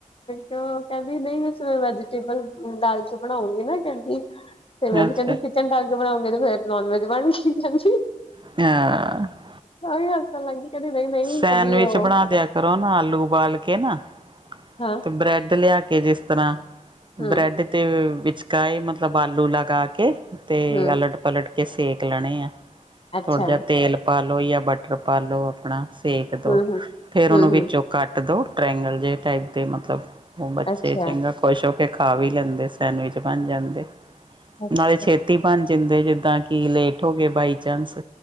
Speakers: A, on the left (about 40°); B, on the right (about 35°).
A: ਕਹਿੰਦੀ ਨਹੀਂ ਮੈਂਵੇ <unintelligible> ਵੈਜੀਟੇਬਲ ਦਾਲ ਚ ਬਣਾਉਂਗੀ ਨਾ ਕਹਿੰਦੀੈ
B: ਅੱਛਾ
A: ਕਹਿੰਦੀ ਕਿ ਚਡਾਲ ਕੇ ਬਣਾਉਂਗੇ ਤੇ <unintelligible> ਫਰ ਨੋਨ ਵੈਜ ਬਣਗੀ ਕਹਿੰਦੀ
B: <unintelligible>
A: ਮੈਂ ਵੀ ਹੱਸਣ ਲਗ ਗੀ, ਕੈਂਦੀ ਨਈ-ਨਈ
B: ਸੈਂਡਵਿਚ
A: ਕਦੀ ਔ
B: ਬਣਾ ਦਿਆ ਕਰੋ ਨਾ ਆਲੂ ਉਬਾਲ ਕੇ ਨਾ
A: ਹਾਂ।
B: ਤੇ ਬ੍ਰੈਡ ਲਿਆ ਕੇ ਜਿਸ ਤਰ੍ਹਾਂ,
A: ਹੂੰ
B: ਬ੍ਰੈਡ ਤੇ ਵਿੱਚਕਾਏ ਮਤਲਬ ਆਲੂ ਲਗਾ ਕੇ ਤੇ
A: ਹੂੰ
B: ਅਲਟ ਪਲਟ ਕੇ ਸੇਕ ਲੈਣੇ ਆ
A: ਅੱਛਾ
B: ਥੋੜ੍ਹਾ ਜਿਹਾ ਤੇਲ ਪਾ ਲੋ ਜਾਂ ਬਟਰ ਪਾ ਲੋ ਆਪਣਾ ਏਕ ਦੋ
A: ਹੂੰ ਹੂੰ
B: ਫੇਰ
A: ਹੂੰ
B: ਔਨੂੰ ਵਿੱਚੋਂ
A: ਹੂੰ
B: ਕੱਟ ਦੋ, ਟ੍ਰੇਂਗਲ ਜੇ ਟਾਈਪ ਦੇ ਮਤਲਬ ਔ ਬੱਚੇ
A: ਅੱਛਾ
B: ਚੰਗਾ ਖੁਸ਼ ਹੋ ਕੇ ਖਾ ਵੀ ਲੈਂਦੇ ਸੈਂਡਵਿਚ ਬਣ ਜਾਂਦੇ,
A: ਅੱਛਾ
B: ਨਾਲੇ ਛੇਤੀ ਤੇ ਬਣ ਜਾਂਦੈ ਜਿੱਦਾਂ ਕਿ ਲੇਟ ਹੋ ਗਏ ਬਾਈ ਚਾਂਸ